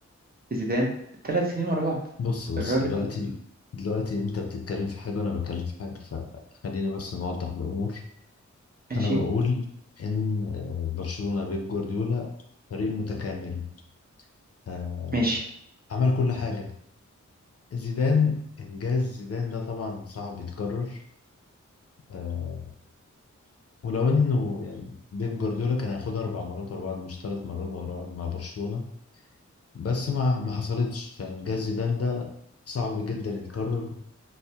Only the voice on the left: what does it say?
بص بص
دلوقتي دلوقتي انت بتتكلم في حاجة وانا بتكلم في حاجة فخلينا بس نوضح الامور
انا بقول ان آه، برشلونة بيب جوارديولا فريق متكامل آه،
عمل كل حاجة زيدان انجاز زيدان ده طبعا صعب يتكرر آه، ولو انه يعني بيب جوارديولا كان هياخدها اربع مرات ورا بعض مش ثلاث مرات ورا بعض مع برشلونة بس ما ما حصلتش فانجاز زيدان ده صعب جدا يتكرر